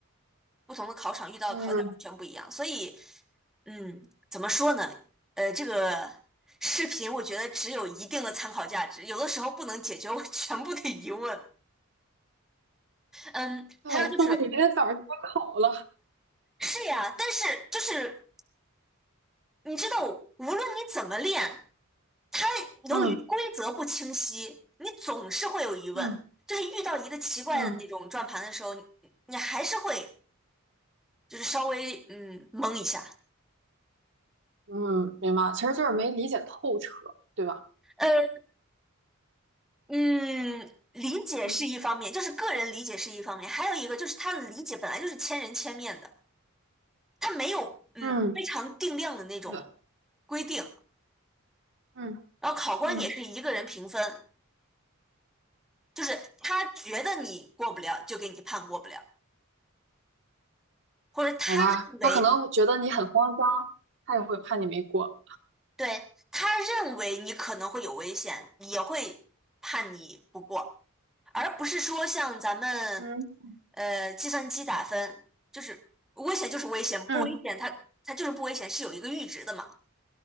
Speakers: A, in the centre; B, on the right (about 55°).
A: 不同的考场遇到的考点儿完全不一样，
B: 嗯。
A: 所以嗯，怎么说呢？呃，这个视频我觉得只有一定的参考价值，有的时候不能解决我全部的疑问。嗯，
B: 对，
A: 还有就是
B: 或者你明天早上就要考了，
A: 是呀，但是就是你知道，无论你怎么练，它由于规则不清晰，
B: 嗯
A: 你总是会有疑问。
B: 嗯
A: 就是遇到一个奇怪的那种转盘的时候，
B: 嗯
A: 你你还是会就是稍微嗯懵一下。
B: 嗯，明白了其实就是没理解透彻，对吧？
A: 呃嗯，理解是一方面，
B: 嗯
A: 就是个人理解是一方面，还有一个就是他的理解本来就是千人千面的，他没有嗯非常定量的那种
B: 嗯对，
A: 规定。
B: 嗯
A: 然后考官也是一个人评分，
B: 嗯
A: 就是他觉得你过不了，就给你判过不了。或者他认为，
B: 好吧，他可能觉得你很慌张，他也会怕你没过。
A: 对，他认为你可能会有危险，也会判你不过，而不是说像咱们
B: 嗯
A: 呃计算机打分，就是危险就是危险，
B: 嗯
A: 不危险它它就是不危险，是有一个阈值的嘛。